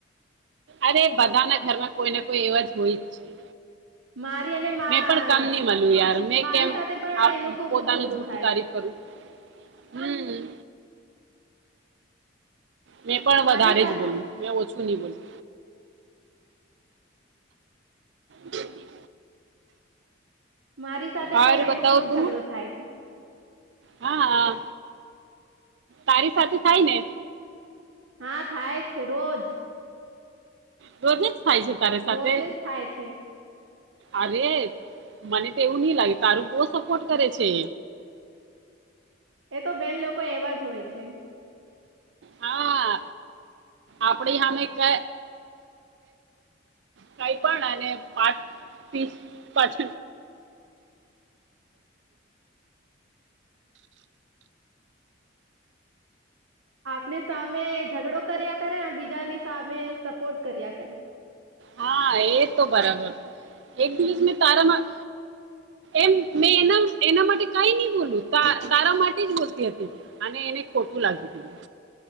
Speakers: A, on the right; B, on the right.
A: અરે બધાના ઘરમાં કોઈને કોઈ એવા જ હોય જ છે.
B: મારી અને મા
A: મેં પણ કમ ન મળ્યું યાર મેં
B: મારી
A: કેમ
B: સાથે પણ એનું ખુબ
A: પોતાનું
B: ઝઘડું
A: જૂઠું
B: થાય
A: તારીફ
B: છે
A: કરું હમ. મેં પણ વધારે
B: મારી સાથે
A: જ બોલ્યું મેં ઓછું. શન બલ. બ.
B: મારી સાથે
A: ઓર
B: પણ એનો
A: બતાવ
B: ખુબ
A: તું
B: ઝઘડો થાય છે.
A: હા હા તારી સાથે થાય ને.
B: હા થાય જ છે રોજ.
A: બોરને થાય છે તારે સાથે
B: રોજ જ થાય છે
A: અરે મને તો એવું નઈ લાગે તારું બહ સપોર્ટ કરે છે.
B: એ તો બેન લોકો એવા જ હોય છે.
A: હા આપડી સામે ક કઈ પણ, અને પાચ્રીસ પાછ
B: આપણી સામે ઝઘડો કર્યા કર્યા બીજા બજાની સામે સપોર્ટ કર્યા કરે.
A: હા એ તો બરાબર, એક દિવસ મે તારામાં એમ મે એના એના માટે કઈ નહી બોલું તારા માટે જ બોલતી હતી, અને ખોટું લાગી ગયું.